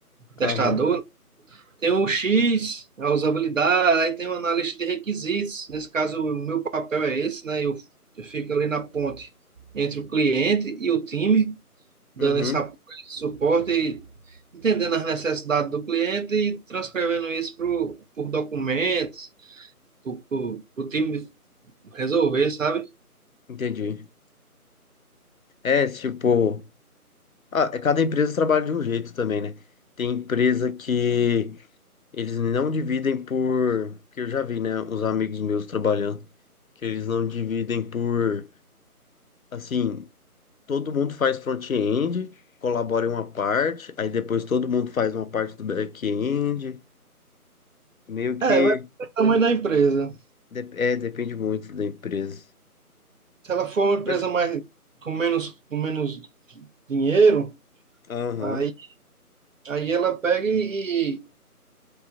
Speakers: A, on the right; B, on the left.
A: testador,
B: aham.
A: tem o X, a usabilidade, aí tem o analista de requisitos. Nesse caso, o meu papel é esse, né? Eu, eu fico ali na ponte entre o cliente e o time, dando
B: Uhum,
A: esse apoio, esse suporte, e entendendo as necessidades do cliente e transcrevendo isso pro, por documentos, para o time resolver, sabe?
B: entendi. É, tipo, ah, cada empresa trabalha de um jeito também, né? Tem empresa que Eles não dividem por, que eu já vi, né, os amigos meus trabalhando, que eles não dividem por, assim, todo mundo faz front-end, colabora em uma parte, aí depois todo mundo faz uma parte do back-end, meio que,
A: É, vai depender do tamanho da empresa.
B: de- é, depende muito da empresa.
A: Se ela for uma empresa
B: Mas,
A: mais com menos, com menos dinheiro,
B: aham,
A: aí, aí ela pega e, e